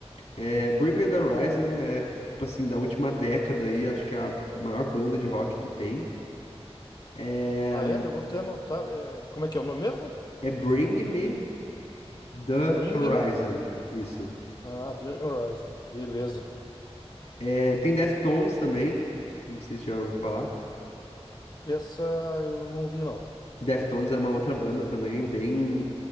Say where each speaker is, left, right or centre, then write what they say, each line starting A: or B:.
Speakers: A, on the left; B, on the left.
A: É, Bring Me the Horizon é, tipo assim, da última década aí, acho que é a maior banda de rock que tem. É,
B: Ah, é? Eu vou até anotar. é, como é que é o nome mesmo?
A: é Bring Me the
B: Bring
A: Horizon,
B: Me
A: isso.
B: ah, The Horizon. Beleza.
A: É, tem Deftones também, não sei se já ouviu falar.
B: Essa eu não vi, não.
A: Deftones é uma outra banda também, bem,